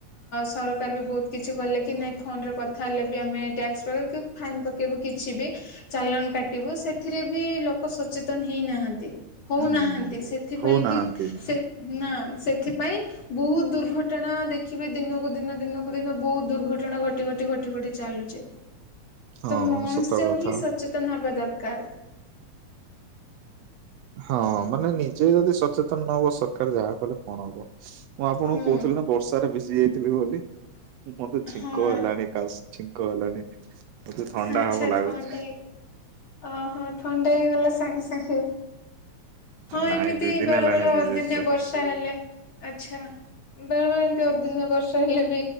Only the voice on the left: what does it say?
ସରକାର ବି ବହୁତ କିଛି କଲେ କି ନାଇଁ ଫୋନରେ କଥା ହେଲେ ବି ଆମେ ଟାକ୍ ଫାଇନ ପକେଇବୁ କିଛି ବି ଚାଲାନ କାଟିବୁ ସେଥିରେ ବି ଲୋକ ସଚେତନ ହେଇନାହାନ୍ତି ହଉନାହାନ୍ତି
ସେ ସେଥିପାଇଁକି
ସେ ନା ସେଥିପାଇଁ ବହୁତ ଦୁର୍ଘଟଣା ଦେଖିବେ ଦିନକୁ ଦିନ ଦିନକୁ ଦିନ ବହୁତ ଦୁର୍ଘଟଣା ଘଟି ଘଟି ଘଟି ଘଟି ଚାଲୁଚି
ତ ମନୁଷ
ହିଁ ସଚେତ ହବା ଦରକାର
ହୁଁ।
ହଁ
ଆଚ୍ଛା
ଥଣ୍ଡା ହେଇଗଲା ଓହୋ ଥଣ୍ଡା ହେଇଗଲା ସାଙ୍ଗେ ସାଙ୍ଗେ ହଁ
ଏମିତି
ବେଳେ
ବେଳେ
ଅଦିନିଆ ବର୍ଷା ହେଲେ ଆଛା। ବେଳେବେଳେ ଏମିତି ଅଦିିନିଆ ବର୍ଷା ବର୍ଷା ହେଲେ ବି